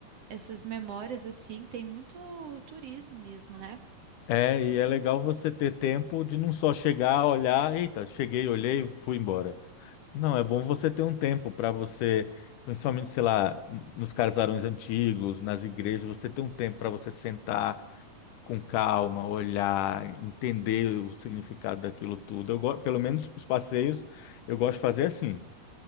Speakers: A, on the right; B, on the left.
A: essas memórias, assim, tem muito turismo mesmo, né?
B: É, e é legal você ter tempo de não só chegar, olhar, eita, cheguei, olhei, fui embora. Não, é bom você ter um tempo para você, principalmente, sei lá, nos casarões antigos, nas igrejas, você ter um tempo para você sentar com calma, olhar, entender o significado daquilo tudo. Eu, go- pelo menos os passeios, eu gosto de fazer assim,